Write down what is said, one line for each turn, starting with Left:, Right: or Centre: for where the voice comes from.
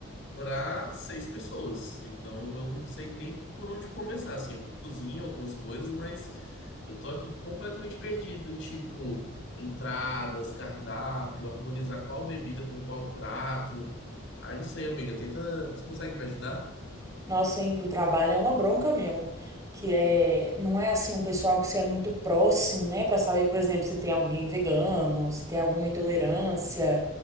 Left: para seis pessoas. Então eu não sei nem por onde começar. Assim, eu cozinho algumas coisas, mas eu tô aqui completamente perdido em tipo entradas, cardápio, harmonizar qual bebida com qual prato. Ai, não sei, amiga, tenta. Tu consegue me ajudar?
Right: Nossa, ir pro trabalho é uma bronca mesmo, que é, não é assim um pessoal que você é muito próximo, né, Pra saber, por exemplo, se tem alguém vegano, se tem alguma intolerância,